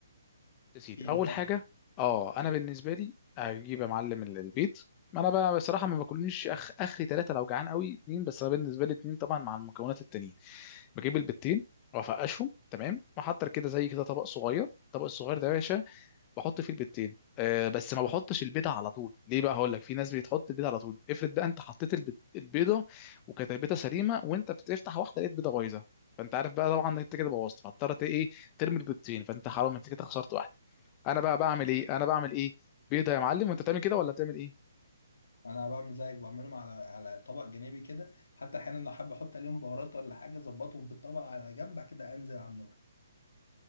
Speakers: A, on the left; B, on the left.
A: يا سيدي
B: ايلي
A: اول
B: طبعا
A: حاجه اه انا بالنسبه لي اجيب يا معلم ال- البيض ما انا بقى بصراحه ما باكلنيش اخ اخري ثلاثه لو جعان قوي اتنين بس انا بالنسبه لي اتنين طبعا مع المكونات التانيين بجيب البيضتين وافقشهم تمام واحط كده زي كده طبق صغير الطبق الصغير ده يا باشا بحط فيه البيضتين أه بس ما بحطش البيضه على طول ليه بقى هقول لك في ناس بتحط البيضه على طول افرض بقى انت حطيت البيض- البيضه وكانت البيضه سليمه وانت بتفتح واحده لقيت بيضه بايظه فانت عارف بقى طبعا إن انت كده بوظت فاضطرت ايه ترمي البيضتين فانت حرام انت كده خسرت واحده انا بقى بعمل ايه انا بعمل ايه بيضه يا معلم وانت بتعمل كده ولا بتعمل ايه
B: انا بعمل زيك بعملهم على على طبق جانبي كده حتى احيانا لو حابب احط عليهم بهارات ولا حاجه اظبطهم في الطبق على جنب بعد كده انزل على النار